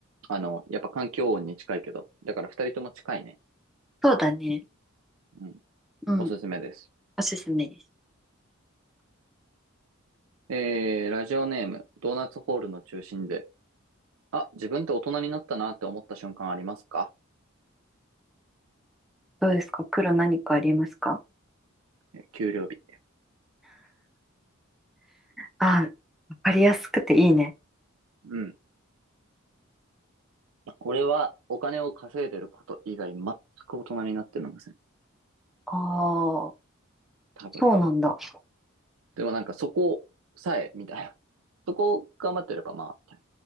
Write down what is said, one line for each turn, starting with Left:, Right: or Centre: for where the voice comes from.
Right: あ、あの、やっぱ環境音に近いけど、だから二人とも近いね。
Centre: そうだね。
Right: うん。
Centre: うん。
Right: おすすめです。
Centre: おすすめです。
Right: えー、ラジオネーム、ドーナツホールの中心で、あ、自分って大人になったなって思った瞬間ありますか
Centre: どうですか黒何かありますか
Right: えー給料日。
Centre: あわかりやすくていいね。
Right: うん。俺はお金を稼いでること以外全く大人になってません。
Centre: ああ。
Right: 多分。
Centre: そうなんだ。
Right: でもなんかそこさえ、みたいな。<laughs> そこを頑張ってればまあ、みたい